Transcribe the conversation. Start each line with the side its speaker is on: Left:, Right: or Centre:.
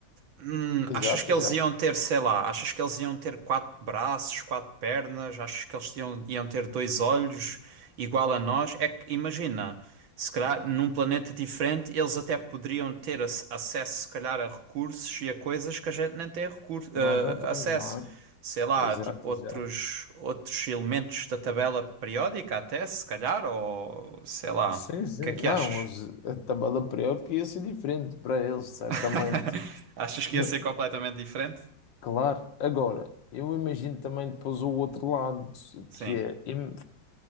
Right: Hum,
Left: Exato,
Right: achas que eles
Left: exato.
Right: iam ter, sei lá, achas que eles iam ter quatro braços, quatro pernas, achas que eles iam, iam ter dois olhos igual a nós? É que imagina, se calhar num planeta diferente eles até poderiam ter ac- acesso, se calhar, a recursos e a coisas que a gente nem tem recurso,
Left: Nós
Right: eh,
Left: não temos,
Right: acesso.
Left: não é?
Right: Sei lá,
Left: Exato,
Right: tipo
Left: exato.
Right: outros, outros elementos da tabela periódica, até se calhar, ou sei lá,
Left: Sim, sim.
Right: o que é que
Left: Não,
Right: achas?
Left: os, a tabela periódica ia ser diferente para eles, certamente.
Right: <laughs> Achas que
Left: <laughs>
Right: ia ser completamente diferente?
Left: Claro, agora, eu imagino também depois o outro lado,
Right: Sim.
Left: que é, im-